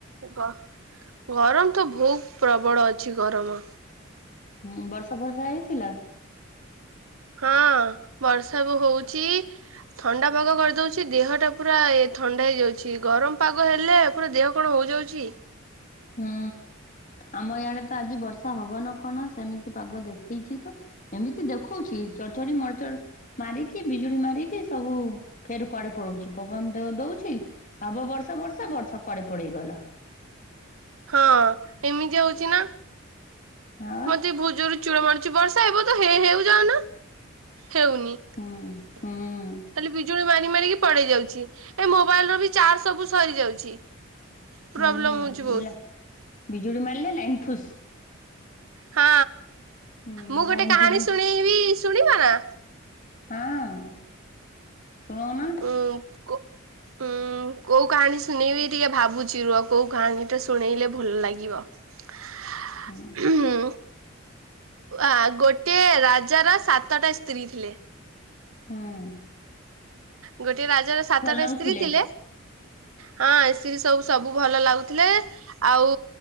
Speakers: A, on the right; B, on the left.
A: ଗ ଗରମ ତ ଭୋଉ ପ୍ରବଳ ଅଛି ଗରମ।
B: ହୁଁ ବର୍ଷା ଫର୍ଷା ହେଇଥିଲା?
A: ହଁ ବର୍ଷା ବି ହୋଉଛି। ଥଣ୍ଡା ପାଗ କରିଦୋଉଛି ଦେହଟା ପୁରା ଏ ଥଣ୍ଡା ହେଇଯାଉଛି ଗରମ ପାଗ ହେଲେ ପୁରା ଦେହ କଣ ହୋଇଯାଉଚି।
B: ହୁଁ ଆମ ଇଆଡେ ତ ଆଜି ବର୍ଷା ହବନା କଣ ସେମିତି ପାଗ ଦେଖେଇଚି ତ। ଏମିତି ଦେଖୋଉଚି ଚଡଚଡି ମଡଚଡ ମାରିକି ବିଜୁଳି ମାରିକି ସବୁ ଫେର କୁଆଡେ ପଳୋଉଚି ପବନ ତ ଦୋଉଚି। ହବ ବର୍ଷା ଫର୍ଷା ବର୍ଷା କୁଆଡେ ପଳେଇଗଲା।
A: ହଁ ଏମିତିଆ ହୋଉଚି ନା।
B: ଆଉ
A: ମତେ ଭୋଉତ ଜୋର ଚିଡା ମାଡୁଚି ବର୍ଷା ହେବ ତ ହେ ହେଉଯାଉନ। ହେଉନି
B: ହୁଁ ହୁଁ।
A: ଖାଲି ବିଜୁଳି ମାରି ମାରିକି ପଡେଇଯାଉଛି ଏ ମୋବାଇଲ ର ବି ଚାର୍ଜ ସବୁ ସରିଯାଉଛି
B: ହୁଁ
A: ପ୍ରୋବ୍ଲେମ ହୋଉଚି ବୋହୁତ।
B: ବିଜୁଳି ମାଇଲେ ଲାଇନ୍ ଫୁସ୍।
A: ହଁ
B: ହୁଁ
A: ମୁଁ ଗୋଟେ
B: ଲାଇନ
A: କାହାଣୀ
B: ଯିବୁ
A: ଶୁଣେଇବି ଶୁଣିବ ନା?
B: ହଁ। ଶୁଣଉନା
A: ଉଁ କୋ ଉଁ। ଉ କୋଉ କାହାଣୀ ଶୁଣେଇବିି ଟିକେ ଭାବୁଚି ରୁହ କୋଉ କାହାଣୀଟା ଶୁଣେଇଲେ ଭଲଲାଗିବ। ହ
B: ହଁ।
A: ହୁଁହୁଁ ଆ ଗୋଟିଏ ରାଜାର ସାତଟା ସ୍ତ୍ରୀ ଥିଲେ।
B: ହଁ।
A: ଗୋଟିଏ ରାଜାର ସାତଟା
B: ନାଗୁଥିଲେ
A: ସ୍ତ୍ରୀ ଥିଲେ। ହଁ ଏସିବି ସବୁ ସବୁ ଭଲ ଲାଗୁଥୁଲେ। ଆଉ